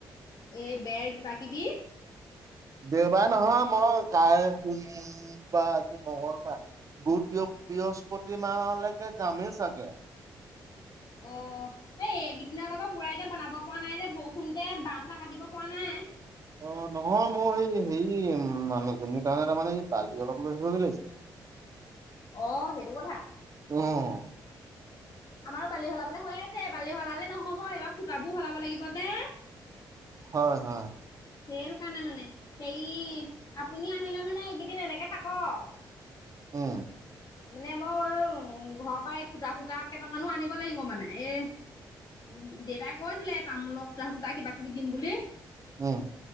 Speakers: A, on the left (about 45°); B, on the right (about 35°).
A: এ বেৰ কিবাকিবি
B: দেওবাৰে নহয় মই কাই সোমবাৰ আজি মঙ্গলবাৰ বুধ বৃহস্পতিবাৰলৈকে যামেই চাগে।
A: অ এই এইকেইদিনত আকৌ বুঢ়াই এতিয়া বনাব পৰা নাই যে বৰষুণ যে বাঁহ চাহ কাটিব পৰা নাই।
B: অ নহয় মোৰ সেই হেৰি মানুহজনীৰ কাৰণে তাৰমানে বালি অলপ লৈ আহিবগৈ লাগিছিলে।
A: অ সেইটো কথা।
B: উম।
A: আমাৰো বালি সলাবলে হৈ আছে বালি সলালে নহব এইবাৰ খুটাবোৰও সলাব লাগিব যে
B: হয় হয়।
A: সেইৰ কাৰণে মানে হেৰি আপুনি আহিলে মানে এইকেইদিন এনেকে থাকক।
B: উম।
A: মানে মই ঘৰৰ পৰাই এই খুটা চূতা কেইটামানো আনিব লাগিব মানে এই উ দেউতাই কৈ আছিলে তামোলক খুটা চুতা কিবা কিবি দিম বুলি।
B: উম।